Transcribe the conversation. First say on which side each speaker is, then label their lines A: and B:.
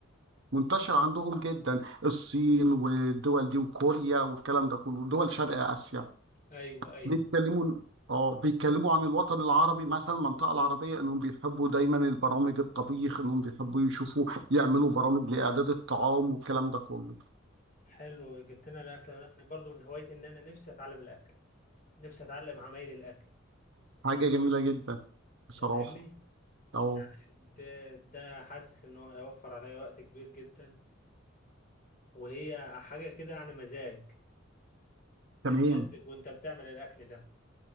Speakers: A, on the right (about 65°); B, on the left (about 45°).
A: منتشرة عندهم جدا الصين والدول دي وكوريا والكلام ده كله دول شرق آسيا
B: ايوه ايوه
A: بيتكلموا اه بيتكلموا عن الوطن العربي مثلا المنطقة العربية انهم بيحبوا دايما البرامج الطبيخ انهم بيحبوا يشوفوا يعملوا برامج لإعداد الطعام والكلام ده كله
B: حلو جبت لنا الاكل انا برضو من هوايتي ان انا نفسي اتعلم الاكل نفسي اتعلم عمايل الاكل
A: فحاجة جميلة جدا
B: انت
A: بصراحة
B: فاهمني
A: اه
B: يعني ده ده حاسس ان هو هيوفر عليا وقت كبير جدا وهي حاجة كده يعني مزاج
A: تمام
B: تتمزج وانت بتعمل الاكل ده